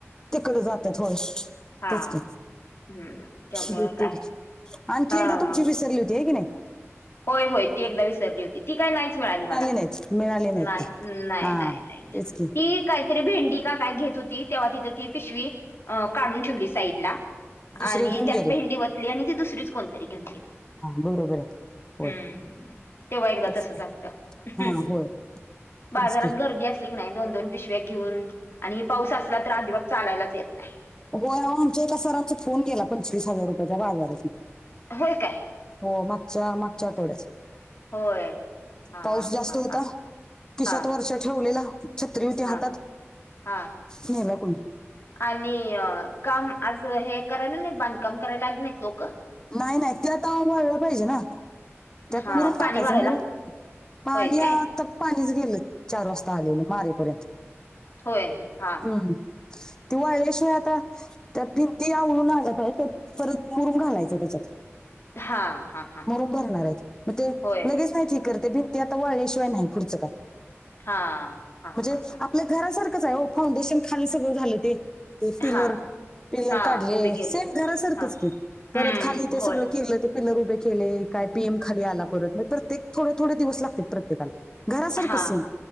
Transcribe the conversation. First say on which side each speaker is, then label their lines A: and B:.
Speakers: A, on the left (about 15°); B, on the left (about 60°).
A: तिकड जात्यात व्हय
B: हा
A: तेचकी.
B: हम्म त्यामुळं
A: देतील.
B: काय
A: आणखी
B: हा
A: एकदा तुमची विसरली होती हे कीनी.
B: होय. होय. ती एकदा विसरली होती ती काय नाहीच मिळाली मला.
A: नाहीत मिळाली नाहीत
B: नाय.
A: ती
B: नाय,
A: हा
B: नाय, नाय.
A: तेच की
B: ती काहीतरी भेंडी का काय घेत होती तेव्हा तिथं ती पिशवी अ काढून ठेवली साईड ला
A: दुसरे
B: आणि
A: घेऊन
B: त्यात
A: गेले
B: भेंडी वतली आणि ती दुसरीच कोणतरी घेऊन गेली.
A: हा बरोबर आहे. होय
B: हम्म तेव्हा एकदा
A: तेच
B: तस
A: की.
B: चालत
A: हा होय तेच
B: बाजारात
A: की
B: गर्दी असतीया नाही दोन दोन पिशव्या घेऊन आणि पाऊस असला तर आजिबात चालायलाच येत नाही.
A: व्हय ओ आमच्या एका सरांचा फोन गेला पंचवीस हजार रुपयाचा बाजारातून.
B: व्हय काय?
A: हो मागच्या मागच्या आठवड्यात.
B: होय हा
A: पाऊस जास्त
B: हा
A: होता
B: हा
A: खिशात
B: हा
A: वरच्या ठेवलेला छत्री व्हती
B: हा
A: हातात
B: हा
A: नेला कुणी.
B: आणि काम आज हे करायला नाहीत बांधकाम करायला लाग नाहीत लोक
A: नाही नाही ते आता वाळ पाहिजे ना त्यात
B: हा
A: मुरूम
B: पाणी
A: टाकायचा
B: मारायला
A: मुरूम ह
B: होय
A: आणि
B: काय
A: आता पाणीच गेलं चार वाजता आलेलं मारेपर्यंत
B: होय हा
A: हम्म तेव्हा वाळ्याशिवाय आता त्या भिंती आवळून आल्यात आहे त्यात परत मुरम घालायचं त्याच्यात.
B: हा हा हा
A: मुरूम
B: हा
A: भरणार आहेत म ते
B: होय
A: लगेच नाही ठीक करते भिंती ते आता वाळल्याशिवाय नाही पुढचं काय
B: हा हा
A: म्हणजे
B: हा हा
A: आपल्या घरासारखंच आहे हो फांडेशन खाली सगळं झालं ते ते पिलर
B: हा
A: पिलर
B: हा
A: काढले
B: उभे केले
A: सेम घरासारखच
B: हा
A: की परत
B: हम्म
A: खाली ते सगळं
B: होय
A: केलं ते पिलर उभे केले काय पीएम खाली आला परत म तर ते थोडे थोडे दिवस लागते प्रत्येकाला. घरासारखं
B: हा
A: सेमी